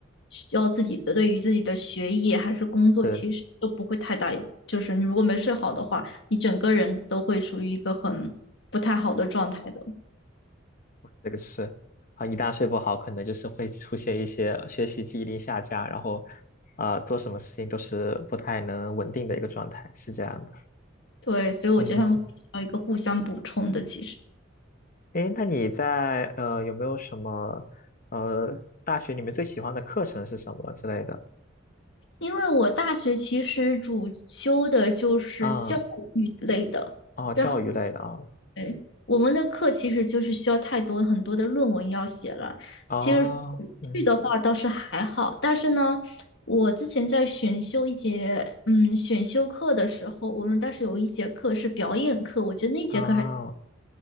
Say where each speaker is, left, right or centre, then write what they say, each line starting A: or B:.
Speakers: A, on the left; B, on the left.
A: 需要自己的对于自己的学业还是工作，
B: 是的
A: 其实都不会太大有。就是你如果没睡好的话，你整个人都会属于一个很不太好的状态的。
B: 这个就是啊，一旦睡不好，可能就是会出现一些学习记忆力下降，然后啊、做什么事情都是不太能稳定的一个状态，是这样的。
A: 对，所以我觉得他们需要一个互相补充的。
B: 嗯嗯，
A: 其实，
B: 诶，那你在呃有没有什么呃大学里面最喜欢的课程是什么之类的？
A: 因为我大学其实主修的就是教育类的。
B: 啊哦，
A: 然后。
B: 教育类的啊
A: 对，我们的课其实就是需要太多很多的论文要写了。
B: 哦嗯
A: 其实剧的话倒是还好，但是呢，我之前在选修一节嗯选修课的时候，我们当时有一节课是表演课，我觉得那节课还。
B: 啊，